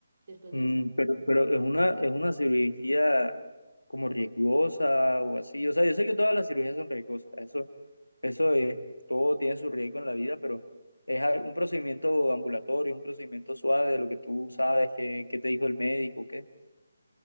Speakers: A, on the right; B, on the left.
A: después
B: Mm,
A: de la
B: pero, pero es una, es una cirugía como riesgosa o así. O sea, yo sé que todas las cirugías son riesgosas. Eso, eso es, todo tiene su riesgo en la vida, pero es al- un procedimiento ambulatorio, un procedimiento suave de lo que tú sabes, que, que te dijo el médico, ¿qué?